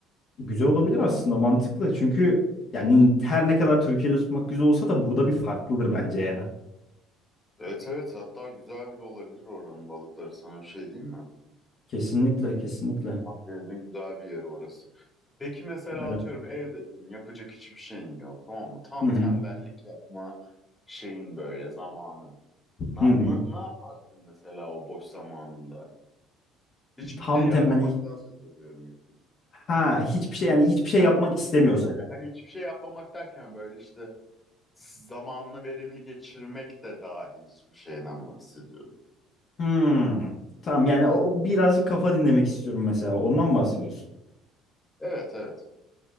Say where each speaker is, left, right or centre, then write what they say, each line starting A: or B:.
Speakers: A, on the left (about 50°); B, on the left (about 15°).
A: güzel olabilir aslında mantıklı. Çünkü yani her ne kadar Türkiye'de tutmak güzel olsa da burada bir farklıdır bence ya.
B: Evet evet hatta güzel bile olabilir oranın balıkları sana bir şey diyeyim mi?
A: Kesinlikle kesinlikle
B: Akdeniz'in güzel bir yeri orası. Peki mesela
A: öyle.
B: atıyorum evdesin yapacak hiçbir şeyin yok tamam mı? Tam
A: Hı
B: tembellik
A: hı.
B: yapma şeyin böyle zamanın. Na,
A: Hı hı.
B: na- ne yaparsın mesela o boş zamanında? Hiçbir
A: Tam
B: şey yapmamaktan
A: temelli
B: söz ediyorum. yani.
A: ha hiçbir şey yani hiçbir şey
B: Hani
A: yapmak istemiyorsam.
B: şey böyle hani hiçbir şey yapmamak derken böyle işte zamanını verimli geçirmek de dahil hiçbir şeyden bahsediyorum.
A: Hmm. Tamam yani o o birazcık kafa dinlemek istiyorum mesela. Ondan mı bahsediyorsun?
B: Evet evet.